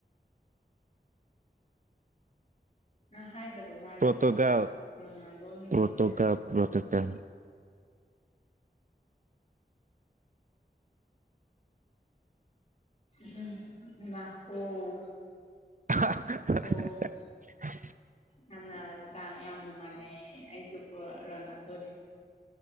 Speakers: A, on the left; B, on the right.
A: ꯑ ꯍꯥꯏꯗꯕ ꯃꯥꯜꯂꯦꯀꯣ
B: ꯄꯣꯔꯇꯨꯒꯜ
A: ꯑꯩꯉꯣꯟꯗ ꯔꯣꯅꯥꯜꯗꯣ ꯃꯦꯁꯤꯁꯦ
B: ꯄꯣꯔꯇꯨꯒꯜ ꯄꯣꯔꯇꯨꯒꯜ
A: ꯎꯝ ꯂ ꯑꯣ
B: <inaudible>
A: ꯑꯣ ꯌꯥꯝꯅ ꯁ-ꯌꯥꯝꯅ ꯃꯥꯟꯅꯩꯌꯦ ꯑꯩꯁꯨꯀꯣ ꯔꯣꯅꯥꯜꯗꯣꯅꯦ